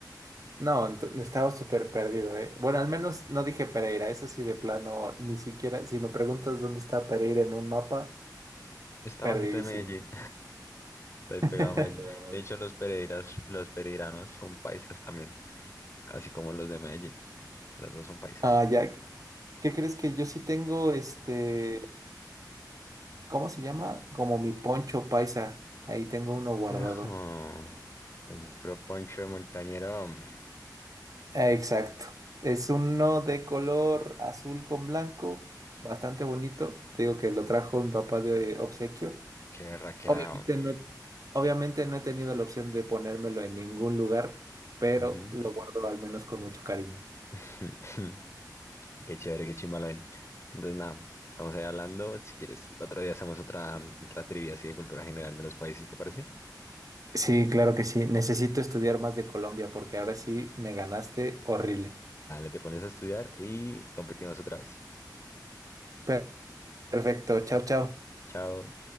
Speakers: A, on the right; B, on the left.
A: no, ento- estaba súper perdido, ¿eh? Bueno, al menos no dije Pereira, eso sí, de plano, ni siquiera, si me preguntas dónde está Pereira en un mapa,
B: Está
A: perdidísimo.
B: bajito de Medellín. Está ahí pegado
A: <laughs> No, te
B: a Medellín. De hecho, los Pereiras, los pereiranos son paisas también, así como los de Medellín. Los dos son paisas.
A: Ah, ya. ¿Qué crees que yo sí tengo este, ¿cómo se llama? Como mi poncho paisa. Ahí tengo
B: Ah,
A: uno
B: Carajo.
A: guardado.
B: <laughs> El puro Poncho de Montañero, hombre.
A: Eh, Exacto. Es uno de color azul con blanco, bastante bonito. Te digo que lo trajo mi papá de obsequio.
B: Qué raquera,
A: Obviamente
B: hombre.
A: no, he- obviamente no he tenido la opción de ponérmelo en ningún lugar, pero
B: Ujú.
A: lo guardo al menos con mucho cariño.
B: <laughs> Qué chévere, qué chimba lo ven. Entonces, nada, estamos ahí hablando. Si quieres, otro día hacemos otra, otra trivia así de cultura general de los países, ¿te parece?
A: Sí, claro que sí. Necesito estudiar más de Colombia porque ahora sí me ganaste horrible.
B: Dale, te pones a estudiar y competimos otra vez.
A: Per- Perfecto. Chao, chao.
B: Chao.